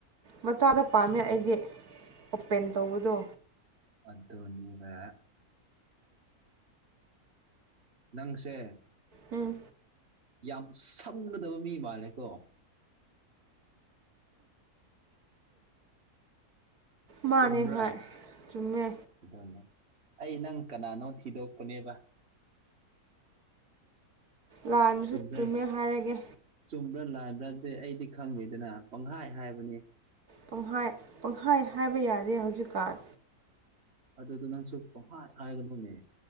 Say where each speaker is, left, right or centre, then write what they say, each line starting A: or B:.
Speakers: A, on the right (about 70°); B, on the right (about 40°).
A: ꯃꯆꯥꯗ ꯄꯥꯝꯃꯦ ꯑꯩꯗꯤ ꯑꯣꯄꯦꯟ ꯇꯧꯕꯗꯣ
B: ꯑꯗꯨꯅꯤꯕ ꯅꯪꯁꯦ
A: ꯎꯝ
B: ꯌꯥꯝ ꯁꯝꯒꯗꯕ ꯃꯤ ꯃꯥꯜꯂꯦꯀꯣ
A: ꯃꯥꯅꯦ
B: ꯆꯨꯝꯕ꯭ꯔꯥ
A: ꯍꯣꯏ ꯆꯨꯝꯃꯦ
B: ꯑꯗꯨꯅꯦ ꯑꯩ ꯅꯪ ꯀꯅꯥꯅꯣ ꯊꯤꯗꯣꯛꯄꯅꯦꯕ
A: ꯂꯥꯟꯕꯁꯨ
B: ꯆꯨꯝꯕ꯭ꯔꯥ
A: ꯆꯨꯝꯃꯦ ꯍꯥꯏꯔꯒꯦ
B: ꯆꯨꯝꯕ꯭ꯔꯥ ꯂꯥꯟꯕ꯭ꯔꯥ ꯑꯗꯨ ꯑꯩꯗꯤ ꯈꯪꯗꯦꯗꯅ ꯄꯪꯍꯥꯏ ꯍꯥꯏꯕꯅꯤ
A: ꯄꯪꯍꯥꯏ ꯄꯪꯍꯥꯏ ꯍꯥꯏꯕ ꯌꯥꯗꯦ ꯍꯧꯖꯤꯛꯀꯥꯟ
B: ꯑꯗꯨꯗꯣ ꯅꯪꯁꯨ ꯄꯪꯈꯥꯏ ꯍꯥꯏꯒꯅꫭꯅꯦ